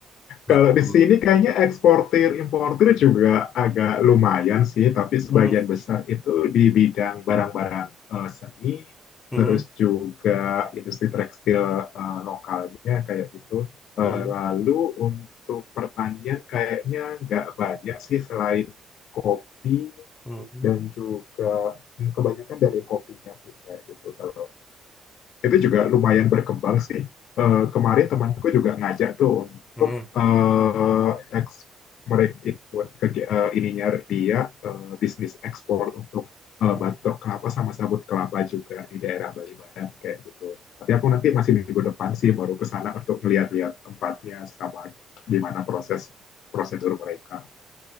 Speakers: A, on the left (about 25°); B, on the left (about 75°).
A: itu.
B: Kalau di sini kayaknya eksportir importir juga agak lumayan sih, tapi sebagian
A: Hmm,
B: besar itu di bidang barang-barang eh, seni,
A: hmm,
B: terus juga industri tekstil eh, lokalnya kayak gitu. Eh,
A: hmm,
B: lalu untuk pertanian kayaknya nggak banyak sih selain kopi
A: hmm,
B: dan juga hmm, kebanyakan dari kopinya sih kayak gitu kalau itu juga lumayan berkembang sih. Eh, kemarin temanku juga ngajak tuh untuk
A: hmm,
B: eh, eks- mereka ikut ke uh, ininya dia eh, bisnis ekspor untuk eh,
A: hmm,
B: batok kelapa sama sabut kelapa juga di daerah Bali Barat kayak gitu. Tapi aku nanti masih minggu depan sih baru ke sana untuk ngeliat-liat tempatnya sama gimana proses prosedur mereka